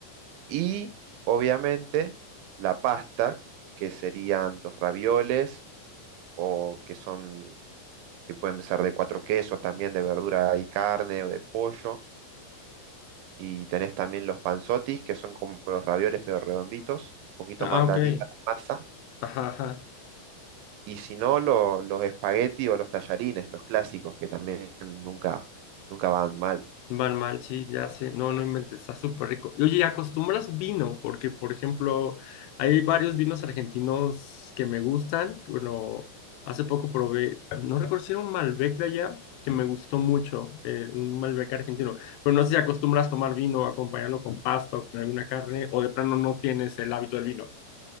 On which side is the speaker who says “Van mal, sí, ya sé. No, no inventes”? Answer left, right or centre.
Left